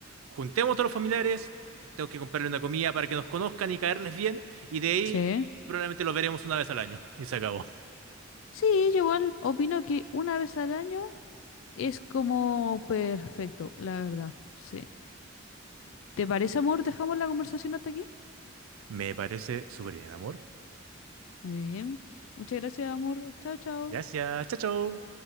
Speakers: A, on the right; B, on the left.
A: juntemos a todos los familiares, tengo que comprarle una comida para que nos conozcan y caerles bien, y de ahí
B: Sí.
A: probablemente los veremos una vez al año. <laughs> Y se acabó.
B: Sí, yo igual opino que una vez al año es como perfecto, la verdad. Sí. ¿Te parece, amor? ¿Dejamos la conversación hasta aquí?
A: Me parece súper bien, amor.
B: Muy bien. Muchas gracias, amor. Chao, chao.
A: Gracias. Chao, chao.